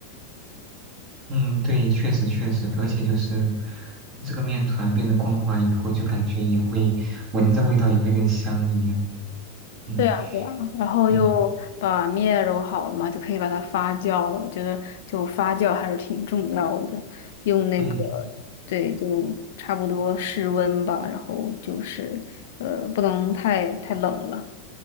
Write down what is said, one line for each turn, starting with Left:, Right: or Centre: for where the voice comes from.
Right: 嗯，对，确实确实，而且就是这个面团变得光滑以后，就感觉也会闻着味道也会更香一点。嗯
Left: 对啊，对啊，然后就把面揉好了嘛，
Right: 嗯
Left: 就可以把它发酵了。我觉得就发酵还是挺重要的，用那个
Right: 嗯，
Left: 对，就差不多室温吧，然后就是呃不能太太冷了。